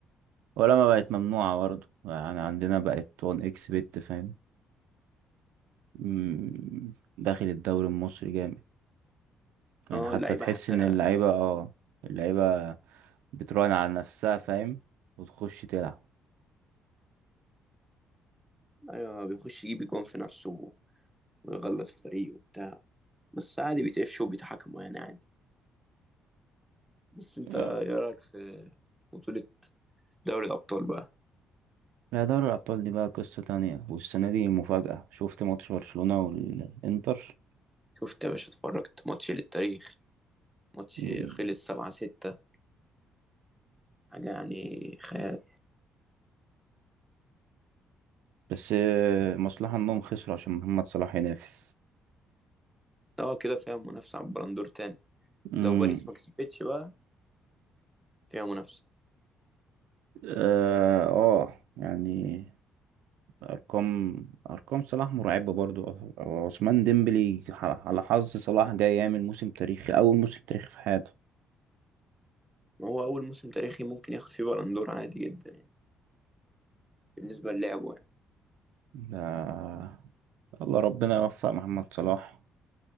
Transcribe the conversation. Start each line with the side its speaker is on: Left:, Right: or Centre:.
Right: ولا ما بقت ممنوعة برضه يعني عندنا بقت 1 اكس بت فاهم امم داخل الدوري المصري جامد يعني
Centre: اه
Right: حتى
Centre: اللعيبة
Right: تحس
Centre: حتى
Right: ان اللعيبة اه اللعيبة بتراهن على نفسها فاهم وتخش تلعب
Centre: ايوه بيخش يجيب جون في نفسه ويغلط الفريق وبتاع بس عادي بيتقفشوا وبيتحاكموا يعني عادي بس انت
Right: آه.
Centre: ايه رأيك في بطولة دوري الأبطال بقى
Right: لا دوري الأبطال دي بقى قصة تانية والسنة دي مفاجأة شفت ماتش برشلونة والإنتر
Centre: شفت يا باشا اتفرجت ماتش للتاريخ ماتش
Right: مم.
Centre: خلص سبعة ستة حاجة يعني خيال
Right: بس آه، مصلحة انهم خسروا عشان محمد صلاح ينافس
Centre: اه كده فيها منافسة على البلندور تاني
Right: امم
Centre: لو باريس ما كسبتش بقى فيها منافسة
Right: اه آه، يعني ارقام ارقام صلاح مرعبة برضو آه، عثمان ديمبلي ح- على حظ صلاح جاي يعمل موسم تاريخي اول موسم تاريخي في حياته
Centre: ما هو أول موسم تاريخي ممكن ياخد فيه بلندور عادي جدا يعني بالنسبة للعبه يعني
Right: ده الله ربنا يوفق محمد صلاح